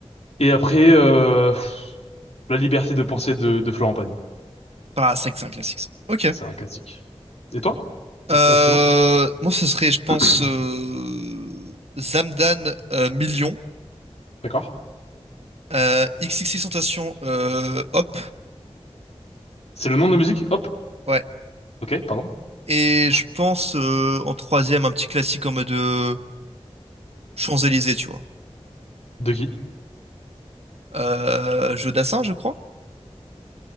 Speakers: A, on the left; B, on the right.
A: Et après, euh, pff, La liberté de penser de, de Florent Pagny.
B: Bah, c'est que c'est un classique. ça. Ok.
A: C'est un classique. Et toi?
B: Euh,
A: Oh, pas- Excuse-moi.
B: moi, ce serait, je pense,
A: <clears throat>
B: euh, Zamdan euh, Million,
A: D'accord.
B: euh, XXXTentacion, euh, Hop.
A: C'est le nom de la musique? Hop.
B: Ouais.
A: Ok, pardon.
B: Et je pense, euh, en troisième, un petit classique en mode euh, Champs-Élysées, tu vois.
A: De qui?
B: Euh, Jeu Dassin, je crois.